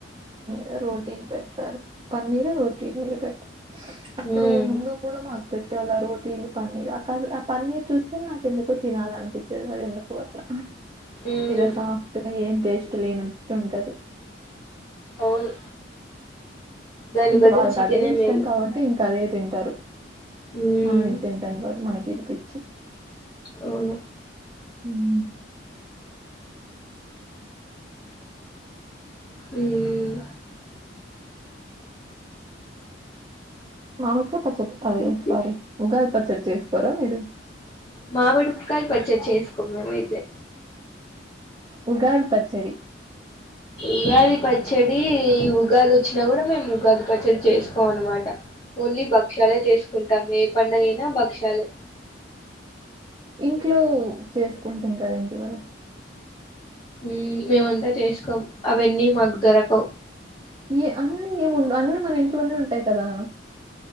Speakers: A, on the right; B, on the left.
A: ద రోటీ లు పెడతారు ప మీరు రోట్టిల్ మీద పెట్ అప్పుడు
B: ఉమ్
A: ముందు కూడా మాకు పెట్టేవాళ్ళ రోటీ ఇల్లు పన్నీర్ ఆ ఆ పన్నీర్ చూస్తే నాకు ఎందుకో తినాలినిపించేది అ ఎందుకు పోవట్ల
B: ఉమ్
A: ఈరోజు <unintelligible> ఏం చెస్ ఇక లేనట్టు ఉంటది
B: అవును దాని
A: ఇంకా
B: బదులు
A: వాళ్ళకి
B: చికెనే
A: అదే ఇష్టం
B: మేలు
A: కాబట్టి ఇంకా అదే తింటారు
B: ఉమ్
A: మనం ఇది తింటాం కాబట్టి మనకి రిపించు
B: అవును
A: ఉమ్
B: ఉమ్
A: మామిడ్ కాయి పచ్చడి అదే
B: ఓకే.
A: సారీ ఉగాది పచ్చడి చేసుకోరా మీరు
B: మామిడి కాయ పచ్చడి చేసుకొం మేమైతే
A: ఉగాది పచ్చడి
B: ఉగాది పచ్చడి ఈ ఉగాది వచ్చినా కూడా మేము ఉగాది పచ్చడి చేసుకొం అన్నమాట ఓన్లీ భక్ష్యాలే చేసుకుంటాం ఏ పడుగైన భక్షాలే
A: ఇంట్లో చేసుకుంటాం కద ఇంటివరకు
B: ఉమ్ మేమంతా చేసుకోం అవన్నీ మాకు దొరకవు
A: ఏ అన్నీ ఏము ఉండవ్ అన్నీ మన ఇంట్లోనే ఉంటాయి కదా